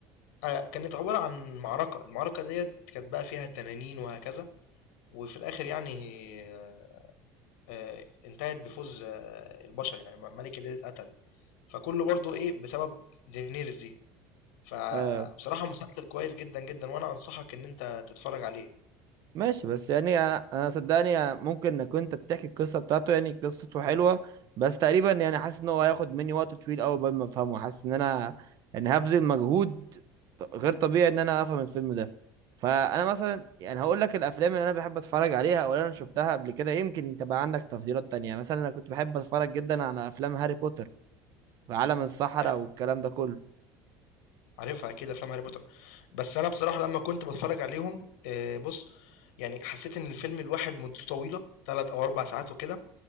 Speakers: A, on the left; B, on the right.
A: آه، كانت عبارة عن معركة المعركة ديت كانت بقى فيها تنانين وهكذا وفي الآخر يعني آه، آه، انتهت بفوز آه، البشر يعني ملك الليل اتقتل فكله برضو إيه بسبب دينيرز دي فبصراحة
B: اه
A: مسلسل كويس جدا جدا وانا انصحك ان انت تتفرج عليه
B: ماشي بس يعني انا أنا صدقني ممكن انك انت بتحكي القصه بتاعته يعني قصته حلوه بس تقريبا يعني حاسس ان هو هياخد مني وقت طويل قوي قبل ما افهمه حاسس ان انا يعني هبذل مجهود ط- غير طبيعي ان انا افهم الفيلم ده فانا مثلا يعني هقول لك الافلام اللي انا بحب اتفرج عليها او اللي انا شفتها قبل كده يمكن انت بقى عندك تفضيلات تانية مثلا انا كنت بحب اتفرج جدا على افلام هاري بوتر وعالم السحرة
A: عار-
B: والكلام ده كله
A: عارفها اكيد افلام هاري بوتر بس انا بصراحة لما كنت بتفرج عليهم آه، بص يعني حسيت ان الفيلم الواحد مدته طويلة ثلاث او اربع ساعات وكده